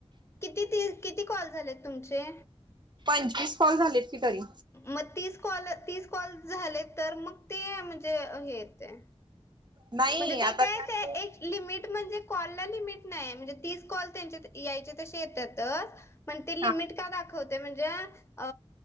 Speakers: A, on the left (about 25°); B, on the right (about 40°).
A: किती ती किती कॉल झालेत तुमचे
B: पंचवीस फॉल झालेत की तरी
A: मग तीस कॉल तीस कॉल झाले तर मग ते म्हणजे हे येते
B: नाही
A: म्हणजे
B: आता
A: ते कायच
B: त्यात
A: एक लिमिट म्हणजे कॉलला लिमिट नाही म्हणजे तीस कॉल त्यांच्या यायचे तसे येतातच मण ते लिमिट
B: हा
A: का दाखवते म्हणजे अ